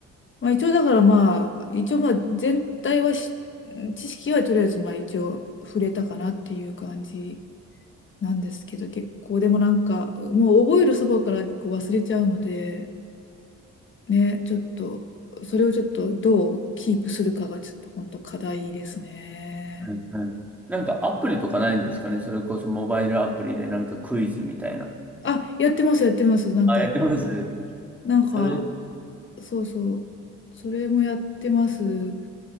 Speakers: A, on the left; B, in the centre.
A: まあ一応だからまあ、一応まあ全体はし、知識はとりあえずまあ一応触れたかなっていう感じなんですけど、結構でもなんか、もう覚えるそばから結構忘れちゃうので、ね、ちょっと、それをちょっとどうキープするかがちょっと本当課題ですね。
B: はいはいなんかアプリとかないんですかねそれこそモバイルアプリでなんかクイズみたいな。
A: あ、やってます、やってます。なんか、
B: あ、やってます
A: なんか、
B: それ、
A: そうそう。それもやってます。